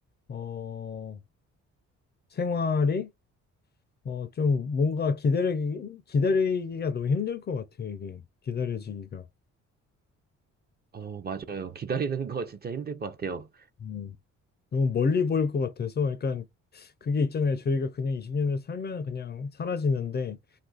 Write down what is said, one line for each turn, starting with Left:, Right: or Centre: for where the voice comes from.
Left: 어, 생활이, 어, 좀 뭔가 기다리기, 기다리기가 너무 힘들 것 같아요, 이게. 기다려지기가.
Right: 어, 맞아요. 기다리는 거 진짜 힘들 것 같아요.
Left: 음, 너무 멀리 보일 것 같아서, 약간, 그게 있잖아요. 저희가 그냥 20년을 살면 그냥 사라지는데,